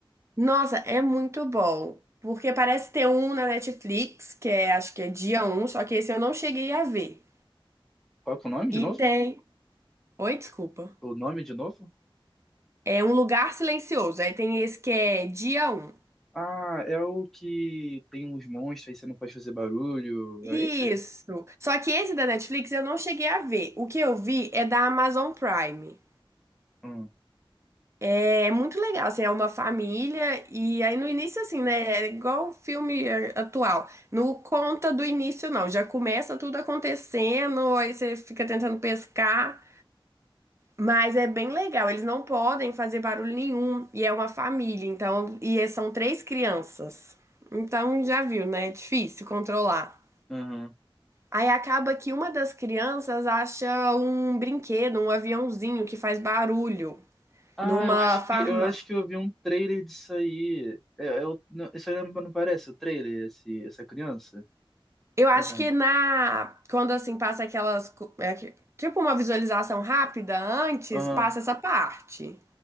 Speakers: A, on the right; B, in the centre.
A: Nossa, é muito bom. Porque parece ter um na Netflix, que é, acho que é dia um só que esse eu não cheguei a ver.
B: Qual que é o nome de
A: E
B: novo?
A: tem. Oi, desculpa.
B: O nome de novo?
A: É um lugar silencioso. Aí tem esse que é dia um
B: Ah, é o que tem uns monstros aí você não pode fazer barulho.
A: Isso.
B: É esse?
A: Só que esse da Netflix eu não cheguei a ver. O que eu vi é da Amazon Prime.
B: Hum,
A: É muito legal, assim, é uma família e aí no início assim, né, é igual o filme eh, atual. Não conta do início não, já começa tudo acontecendo, aí você fica tentando pescar. Mas é bem legal, eles não podem fazer barulho nenhum e é uma família, então, e é- são três crianças. Então já viu, né? É difícil controlar.
B: aham.
A: Aí acaba que uma das crianças acha um brinquedo, um aviãozinho que faz barulho
B: Ah,
A: numa
B: eu acho
A: farmácia.
B: que eu acho que eu vi um trailer disso aí. É, é o- não, isso aí não, não parece o trailer, esse, essa criança?
A: Eu acho
B: Ou não?
A: que na quando assim passa aquelas co- é que- tipo uma visualização rápida antes,
B: Aham.
A: passa essa parte.